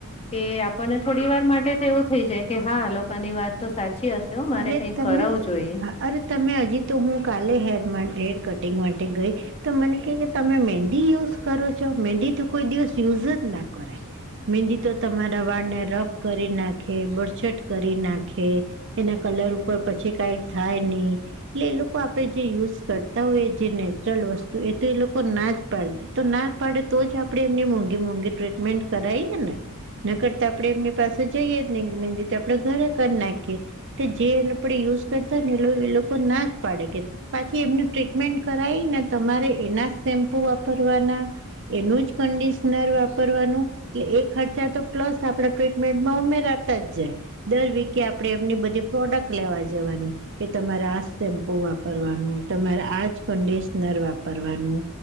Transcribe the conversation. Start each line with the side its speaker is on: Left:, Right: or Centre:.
Left: કે આપણને થોડી વાર માટે તો એવું થઈ જાય કે હા લોકોકાની વાત તો સાચી હશે હો મારે
Right: અરે
Left: કંઈક
Right: તમે
Left: કરાવું જોઈએ.
Right: હા અરે તમે હજી તો હું કાલે હેરમાં હેર કટિંગ માટે ગઈ તો મને ક કે તમે મંદી યુઝ કરો છો મંદી તો કોઈ દિવસ યુઝ જ ના કરે મહેંદી તો તમારા વાળને રફ કરી નાખે બળછટ કરી નાખે એના કલર ઉપર પછી કાઈ થાય નહી એટલે એ લોકો આપે જે યુઝ કરતા હોય જે નેચરલ વસ્તુ એ તો એ લોકો ના જ પડે તો ના પડે તો જ આપડે એમની મોંઘી મોંઘી ટ્રીટમેન્ટ કરાઈએ ને નકડતા આપડે એમની પાસે જઈએ જ નહી મહેંદી તો આપડે ઘરે કરી નાખીએ જે આપડે યુઝ કરતા હો ને એ એ લોકો ના જ પાડે કે પાછી એમનું ટ્રીટમેન્ટ કરાવી ને તમારે એના સેમ્પુ વાપરવાના એનું જ કંડિશનર વાપરવાનું એટલે એ ખર્ચા તો પ્લસ આપણા ટ્રીટમેન્ટમાં ઉમેરાતા જ જાય દર વિકએ આપણે એમની બધી પ્રોડક્ટ લેવા જવાની કે તમારે આ સેમ્પુ વાપરવાનું તમારે આ જ કન્ડિશનર વાપરવાનું